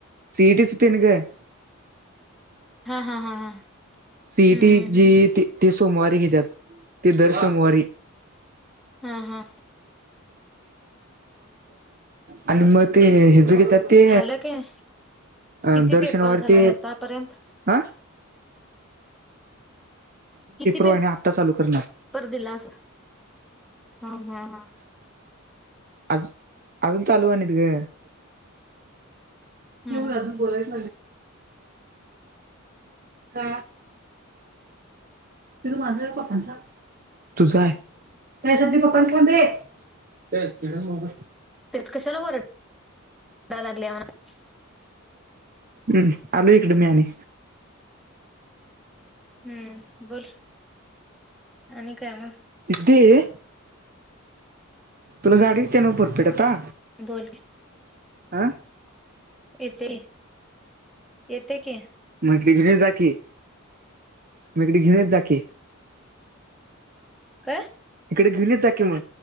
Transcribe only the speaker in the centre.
हा हा हा हा हम्म,
हम्म.
हा हा
झालं काय
किती
पेपर
झाला आतापर्यंत?
किती पेपर
दिला अस ह व
हम्म
तेत कशाला बर लागले म्हणा
हम्म बोल आणि काय मग
बोल
येते येते की
का